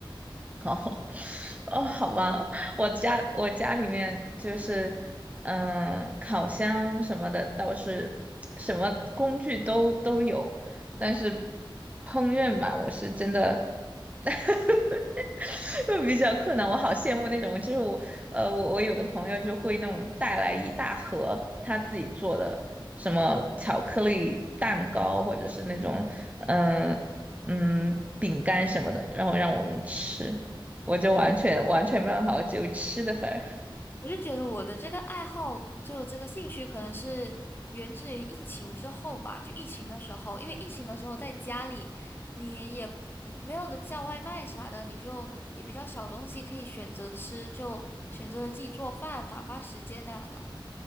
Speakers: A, on the right; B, on the left.
A: 哦，<laughs> 哦，好吧，我家我家里面就是，嗯、烤箱什么的倒是什么工具都都有，但是烹饪吧，我是真的 <laughs> 比较困难。我好羡慕那种，就是我，呃，我我有的朋友就会那种带来一大盒他自己做的什么巧克力蛋糕，或者是那种，嗯、嗯，饼干什么的，然后让我们吃。我就完全完全没有好，法，我只有吃的份儿。
B: 我就觉得我的这个爱好，就这个兴趣，可能是源自于疫情之后吧。就疫情的时候，因为疫情的时候在家里，你也没有的叫外卖啥的，你就也比较少东西可以选择吃，就选择了自己做饭，打发时间那样的。